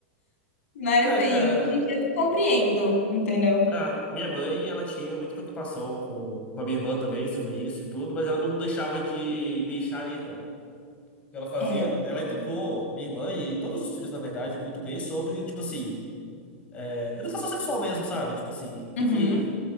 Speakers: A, on the left; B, on the left.
A: Mas
B: Ah,
A: assim,
B: cara.
A: a gente eu te compreendo, entendeu?
B: Ah, minha mãe, ela tinha muita preocupação com, com a minha irmã também sobre isso e tudo, mas ela não deixava de deixar ir, não. O que Ela fazia,
A: É.
B: ela educou minha irmã e todos os filhos, na verdade, muito bem sobre, tipo assim, é, educação sexual mesmo, sabe? Tipo assim, o que
A: Uhum.
B: que,